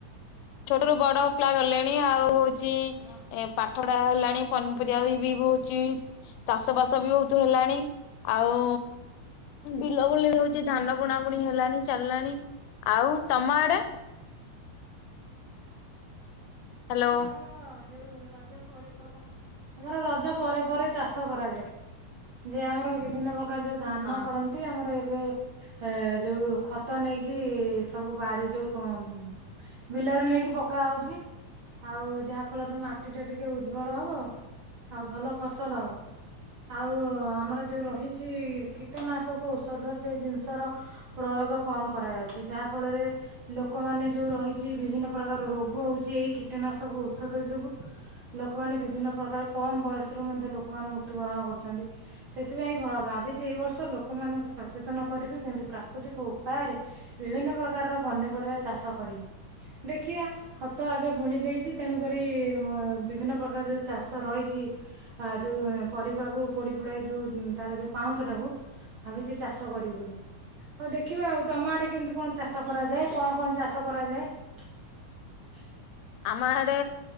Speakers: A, on the left; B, on the right.
A: ଛୋଟ ରୁ ବଡ ପିଲା ଗଲେଣି ଆଉ ହଉଚି। ଏ
B: ହଁ
A: ପା ପାଠପଡ଼ା ହେଲାଣି। ପନିପରିବା ବି ହଉଛି ଚାଷ ବାସ ବି ବହୁତ ହେଲାଣି। ଆଉ ବିଲ ବୁଲି ହଉଛି ଧାନ ବୁଣା ବୁଣି ହେଲାଣି। ଚାଲିଲାଣି ଆଉ ତମ ଆଡେ? ହାଲୋ।
B: ଆମର ଯୋଉ <inaudible> ଆମର ରଜ ପରେ ପରେ ଚାଷ କରାଯାଏ। ଯେ ଆମର ବିଭିନ୍ନ ପ୍ରକ ର ଯୋଉ ଧାନ
A: ହଁ
B: କରନ୍ତି ଆମର ଏ ଏ ଏ ଯୋଉ ଖତ ନେଇକି ସବୁ ବାରି ଯୋଉ କ ବିଲ ବିଲରେ ନେଇକି ପକା ହଉଛି। ଆଉ ଯାହା ଫଳରେ ମାଟି ଟା ଟିକେ ଉର୍ବର ହବ ଆଉ ଭଲ ଫସଲ ହବ। ଆଉ ଆମର ଯୋଉ ରହିଛି। କୀଟନାଶକ ଔଷଧ ସେ ଜିନିଷ ର ପ୍ର ରୋଗ କମ କରାଯାଉଚି। ଯାହା ଫଳରେ ଲୋକମାନେ ଯୋଉ ରହିଛି ବିଭିନ୍ନ ପ୍ରକାର ରୋଗ ହଉଛି। ଏଇ କି କୀଟନାଶକ ଔଷଧ ଯୋଗୁ ଲୋକମାନେ ବିଭିନ୍ନ ପ୍ରକାର କମ ବୟସ ରୁ ମଧ୍ୟ ଲୋକମାନେ ମୃତ୍ୟୁବରଣ କର କରୁଚନ୍ତି ସେଥିପାଇଁ ଭାବିଛି ଏଇ ବର୍ଷ ଲୋକମାନଙ୍କୁ ସଚେତନ କରିବି। କେମିତି ପ୍ରାକୃତିକ ଉପା ଆରେ ବିଭିନ୍ନ ପ୍ରକାରର ପନିପରିବା ଚାଷ କରିବି। ଦେଖିବା ଖତ ଆଗେ ବୁଣି ଦେଇଚି। ତେଣୁକରି ବିଭିନ୍ନ ପ୍ରକାର ଯୋଉ ଚାଷ ରହିଚି। ଆ ଯଉ ପ କୁ ପୋଡି ପୁଡାକି ଯୋଉ ତାର ଯୋଉ ପାଉଁଶ ଟାକୁ ଭାବିଛି ଚାଷ କରିବି ବୋଲି। ହଉ ଦେଖିବା ଆଉ ତମ ଆଡେ କେମିତି କଣ ଚାଷ କରାଯାଏ। କଣ କଣ ଚାଷ କରାଯାଏ। <unintelligible>
A: ଆମ ଆଡ଼େ